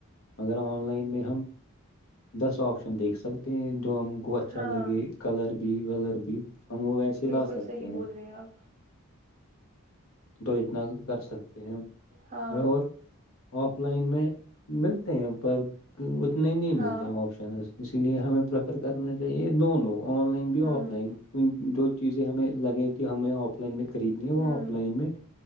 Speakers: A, on the left; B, on the right.
A: اگر آن لائن میں ہم دس آپشن دیکھ سکتے ہیں جو ہم کو اچھا
B: ہاں
A: لگے کلر بھی زر بھی ہم وہ ویسے
B: بالکل
A: لا سکتے
B: صحیح بول رہے ہیں آپ
A: تو اتنا کر سکتے ہیں
B: ہاں
A: اور آف لائن میں ملتے ہیں ب انے نہیں
B: ہاں
A: ملتے ہیں آپشن اس اس لیے ہمیں پرریفر کرنا یہ دونوں آن لائن بھی
B: ہوں
A: آف لائن جو چیزیں ہمیں لگے کہ ہمیں آف لائن میں قریب نہیں ہوا
B: ہوں
A: لائن میٹ